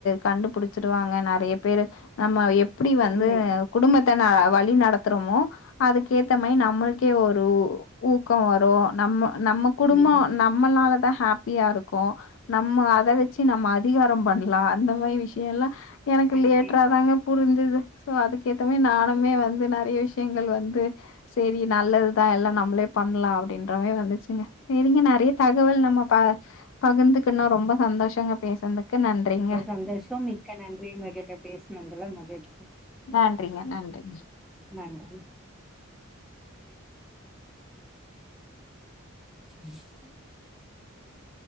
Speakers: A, on the left; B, in the centre.
A: கண்டுபிடிச்சிருவாங்க நெறைய பேரு நம்ம எப்டி
B: பொறுமை
A: வந்து குடும்பத்த ந வழி நடத்துறமோ அதுக்கேத்த மாரி நம்மளுக்கே ஒரு ஊ ஊக்கோ வரு நம்ம நம்ம குடும்போ
B: ம்
A: ந ம்மளாலதா ஹாப்பியா இருக்கோ நம்ம அத வச்சு நம்ம அதிகாரோ பண்ணலா அந்த மாரி விஷ்யோ எல்லா எனக்கு
B: கண்டிப்பா
A: லேட்ரா தாங்க புரிஞ்சுது சோ அதுக்கேத்த நானுமே வந்து நிறைய விஷயங்கள் வந்து செரி நல்லதுதா எல்லா நம்மளே பண்ணலா அப்படின்றமேரி வந்துச்சுங்க சரிங்க ந நிறய தகவல் நம்ம பகிர்ந்துக்கன்னோ ரொம்ப சந்தோஷங்க பேசுனதுக்கு நன்றிங்க
B: ஷோ மி மிக்க நன்றின் உங்க கிட்ட பேசணதுல்ல மகிழ்ச்சி
A: நன்றிங்க நன்றிங்க
B: நன்றி ம்